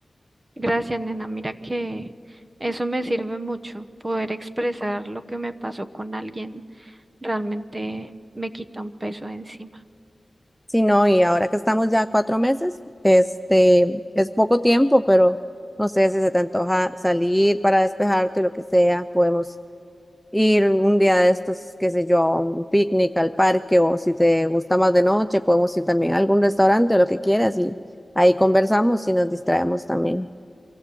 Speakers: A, on the right; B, in the centre.
A: Gracias, nena. Mira que eso me sirve mucho. Poder expresar lo que me pasó con alguien realmente me quita un peso de encima.
B: Sí, no, y ahora que estamos ya a cuatro meses, este, es poco tiempo, pero no sé si se te antoja salir para despejarte o lo que sea, podemos ir un día de estos, qué sé yo, a un picnic, al parque, o si te gusta más de noche, podemos ir también a algún restaurante o lo que quieras y ahí conversamos y nos distraemos también.